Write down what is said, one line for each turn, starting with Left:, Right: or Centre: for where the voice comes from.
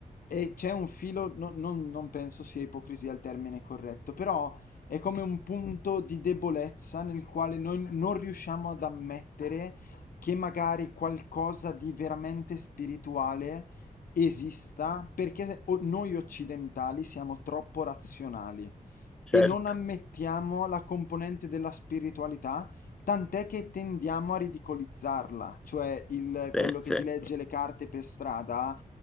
Left: eh, c'è un filo, no- non, non penso sia ipocrisia il termine corretto, però è come un punto di debolezza nel quale noi non riusciamo ad ammettere che magari qualcosa di veramente spirituale esista perché o- noi occidentali siamo troppo razionali
Centre: certo.
Left: e non ammettiamo la componente della spiritualità, tant'è che tendiamo a ridicolizzarla, cioè il,
Centre: Sì,
Left: quello che
Centre: sì.
Left: ti legge le carte per strada,